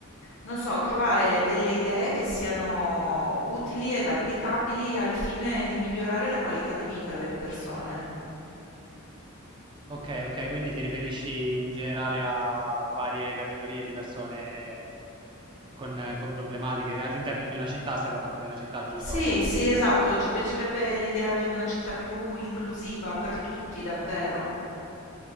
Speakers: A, on the left (about 60°); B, on the right (about 20°).
A: non so, trovare delle idee che siano utili ed applicabili al fine di migliorare la qualità di vita delle persone.
B: ok, ok, quindi ti riferisci in generale a varie categorie di persone con, con problematiche all'interno di una città, stai parlando di una città, giusto?
A: Sì, sì, esatto, ci piacerebbe l'idea di una città più inclusiva per tutti, davvero.